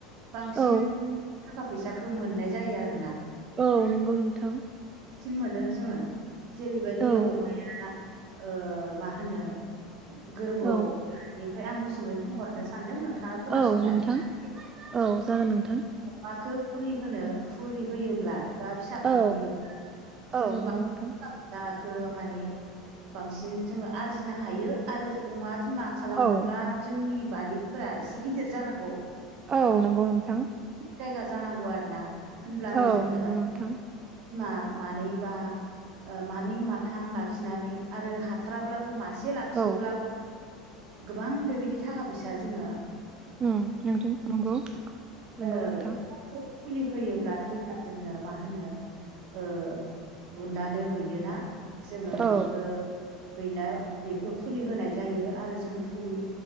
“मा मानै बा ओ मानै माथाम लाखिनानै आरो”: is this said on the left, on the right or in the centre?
Right